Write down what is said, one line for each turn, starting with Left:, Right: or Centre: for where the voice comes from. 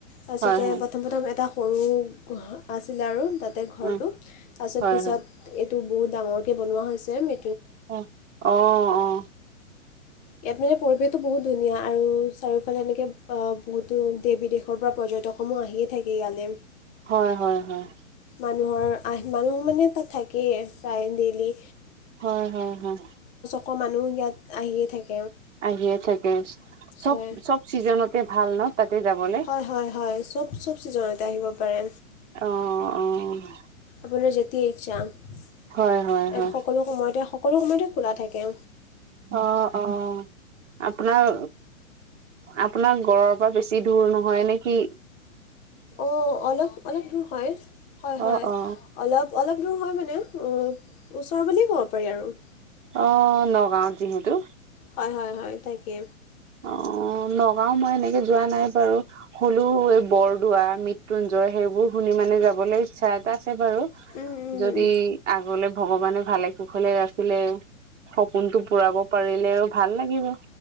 Left: তাৰপিছতে
Right: হয় হয়
Left: প্ৰথম প্ৰথম এটা সৰু আছিলে আৰু তাতে ঘৰটো
Right: উম
Left: তাৰপিছত
Right: হয়
Left: পিছত
Right: হয়
Left: টো বহুত ডাঙৰ কে বনোৱা হৈছে মে
Right: অ'হ অ', অ'।
Left: ইয়াত মানে পৰিৱেশটো বহুত ধুনীয়া আৰু চাৰিওফালে এনেকৈ বহুতো দেশ বিদেশৰ পৰা পৰ্যটক সমূহ আহিয়ে থাকে ইয়ালে।
Right: হয় হয় হয়
Left: মানুহৰ আহ মানুহ মানে তাত থাকেই প্ৰায় ডেইলি।
Right: হয়, হয়, হয়।
Left: আকৌ মানুহ ইয়াত আহিয়ে থাকে।
Right: আহিয়ে থাকে চব,
Left: হয়
Right: চব চিজনতে ভাল ন। যাবলে
Left: হয়, হয়, হয় চব চব চিজনতে আহিব পাৰে।
Right: অ', অ'।
Left: আপোনাৰ যেতিয় ইচ্ছা ইয়াত
Right: হয় হয় হয়
Left: সকলো সময়তে সকলো সময়তে খোলা থাকে।
Right: অ অ আপোনাৰ আপোনাৰ ঘৰ পৰা বেছি দূৰ নহয় নেকি?
Left: অ', অলপ অলপ দূৰ হয়, হয়, হয়
Right: অ অ
Left: অলপ অপ অলপ দূৰ হয় মানে ওচৰ বুলিয়েই ক'ব পাৰি আৰু।
Right: অ', নগাঁৱত যিহেতু।
Left: হয় হয় হয় তাকে
Right: অ'। নগাওঁ মই এনেকে যোৱা নাই বাৰু হলো, এই বৰদোৱা, মৃত্যুঞ্জয় সেইবোৰ শুনি মানৰে যাবলৈ ইচ্ছা এটা আছে, বাৰু
Left: উম, উম।
Right: যদি আগলে ভগৱানে ভালে কুশলে ৰাখিলে সপোনতটো পুৰাব পাৰিলে আৰু ভাল লাগিব।